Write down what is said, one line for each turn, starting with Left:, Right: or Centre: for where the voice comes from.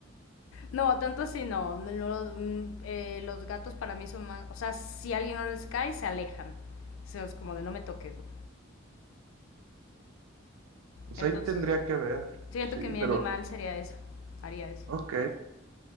Left: No, tanto así no. Me lo- mm, eh, los gatos para mí son más, o sea, si a alguien no les cae, se alejan. O sea, es como de no me toques. güey.
Right: Pues
Left: Entonces,
Right: ahí tendría que ver.
Left: siento
Right: Sí,
Left: que mi
Right: pero,
Left: animal sería eso, haría eso.
Right: ok.